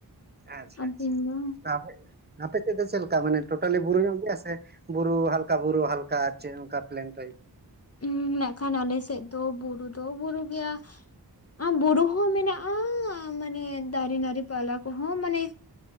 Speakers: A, on the right; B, on the left.
A: ᱟᱪᱪᱷᱟ
B: ᱟᱨ
A: ᱟᱪᱪᱷᱟ
B: ᱵᱤᱧ ᱫᱚ
A: ᱟᱵᱚ ᱟᱯᱮ ᱥᱮᱫ ᱫᱚ ᱪᱮᱫᱞᱮᱠᱟ ᱢᱟᱱᱮ ᱴᱳᱴᱟᱞᱤ ᱵᱩᱨᱩ ᱧᱚᱜ ᱜᱮᱭᱟ ᱥᱮ ᱵᱩᱨᱩ ᱦᱟᱞᱠᱟ ᱵᱩᱨᱩ ᱦᱟᱞᱠᱟ ᱟᱨ ᱪᱮᱜ ᱚᱝᱠᱟ ᱯᱞᱮᱱᱴᱟᱭᱤᱯ?
B: ᱩᱸ ᱱᱟᱜ ᱠᱷᱟᱱ ᱟᱞᱮ ᱥᱮᱜ ᱫᱚ ᱵᱩᱨᱩ ᱫᱚ ᱵᱩᱨᱩ ᱜᱮᱭᱟ᱾ ᱟᱸ ᱵᱩᱨᱩ ᱦᱚᱸ ᱢᱮᱱᱟᱜᱼᱟ ᱟ ᱢᱟᱱᱮ ᱫᱟᱨᱮ ᱱᱟᱹᱲᱤ ᱯᱟᱞᱟ ᱠᱚᱦᱚᱸ ᱢᱟᱱᱮ